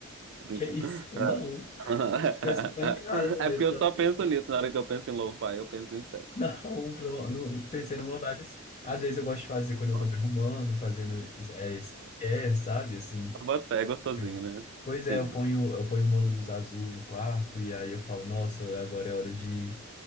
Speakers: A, on the right (about 55°); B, on the left (about 30°).
A: Tô brincando.
B: Que isso? <laughs> Não,
A: <laughs>
B: vai escutar em casa
A: É
B: mesmo.
A: porque eu só penso nisso. Na hora que eu penso em lo-fi, eu penso em sexo.
B: Não, um pro- no, no, tem sendo vibe assim. Às vezes eu gosto de fazer quando eu
A: <laughs>
B: tô me arrumando, fazendo é, skincare, sabe? Assim.
A: Bota fé, É gostosinho,
B: Uhum.
A: né?
B: Pois é,
A: Sim.
B: eu ponho, eu ponho uma luz azul no quarto e aí eu falo, nossa, agora é hora de